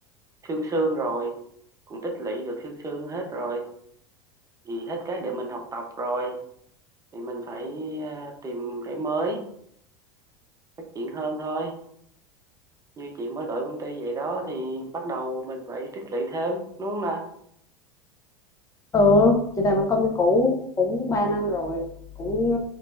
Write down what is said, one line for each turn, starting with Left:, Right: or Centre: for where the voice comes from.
Right: sương sương rồi cũng tích lũy được sương sương hết rồi thì hết cái để mình học tập rồi thì mình phải ờ, tìm cái mới phát triển hơn thôi như chị mới đổi công ty vậy đó thì bắt đầu mình phải tích lũy thêm đúng không nè
Left: ừ chị làm ở công ty cũ cũng 3 năm rồi cũng